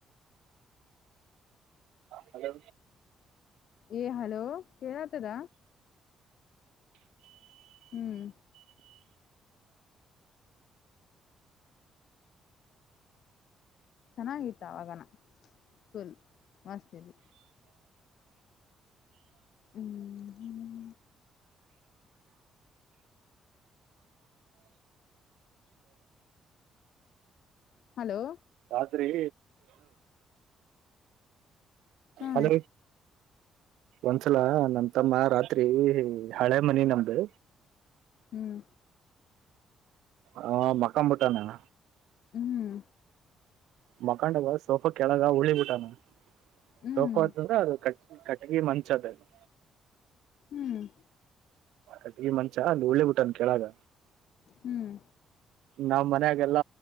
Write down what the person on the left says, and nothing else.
ಏ ಹಲೋ ಕೇಳತದ ಹ್ಮ್ ಚೆನ್ನಾಗಿತ್ತ ಅವಾಗನ ಫುಲ್ ಮಸ್ತವಿ ಹ್ಮ್ ಹ್ಮ್ ಹಲೋ
ಹಾ
ಹ್ಮ್
ಹ್ಮ್
ಹ್ಮ್
ಹ್ಮ್
ಹ್ಮ್ ಹ್ಮ್